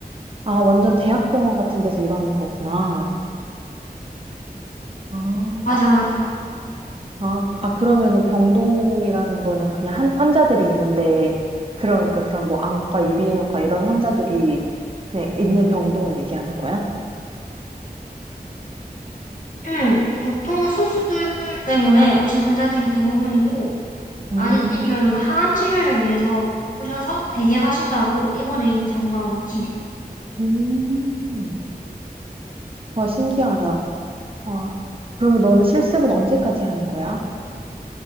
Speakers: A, on the right; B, on the left.
A: 아, 완전 대학병원 같은 데서 이러는 거구나. 아,
B: 맞아, 맞아.
A: 아, 아, 그러면은 병동이라는 거는 그냥 한, 환자들이 있는데, 그러니까 그런 뭐 안과, 이비인후과 이런 환자들이 그냥 있는 병동을 얘기하는 거야?
B: 응, 보통은 수술 때문에 오신 환자들이 대부분이고
A: 음,
B: 아니면 뭐 항암 치료를 위해서 오셔서 대기하신다고 입원해 있는 경우가 많긴 해.
A: 음. 와, 신기하다. 와, 그러면 너는 실습은 언제까지 하는 거야?